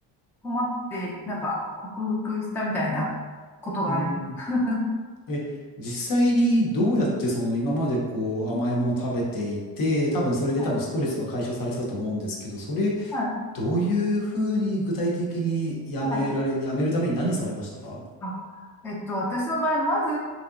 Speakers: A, in the centre; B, on the left.
A: 困って、なんか、克服したみたいなことがあります。
B: うん。え、実際にどうやってその今までこう甘いものを食べていて、多分それで多分ストレスが解消されてたと思うんですけど、
A: <laughs>
B: それ
A: はい。
B: どういうふうに具体的にやめられ、
A: はい。
B: やめるために何されましたか
A: あえっと、私の場合、まず、